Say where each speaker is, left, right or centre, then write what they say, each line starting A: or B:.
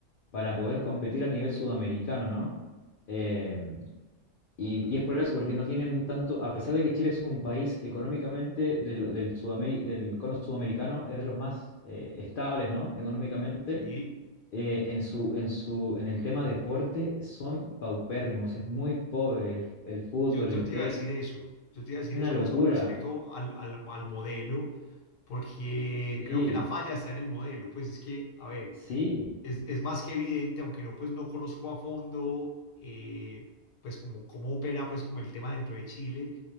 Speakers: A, on the left (about 60°); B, on the left (about 85°).
A: para poder competir a nivel sudamericano, ¿no? Em, y, y es por eso, porque no tienen tanto, a pesar de que Chile es un país económicamente del, del, Sudameri- del cono sudamericano, es de los más eh, estables, ¿no? Económicamente,
B: Sí,
A: eh, en su, en su, en el tema deporte son paupérrimos, es muy pobre el, el fútbol,
B: yo, yo
A: el
B: te
A: tenis,
B: iba a decir eso. Yo te iba a decir
A: una
B: eso
A: locura.
B: pues con respecto al, al, al modelo, porque
A: Sí,
B: creo que la falla está en el modelo. Pues es que, a ver,
A: sí,
B: es, es más que evidente, aunque no pues no conozco a fondo eh, pues como cómo opera pues como el tema dentro de Chile,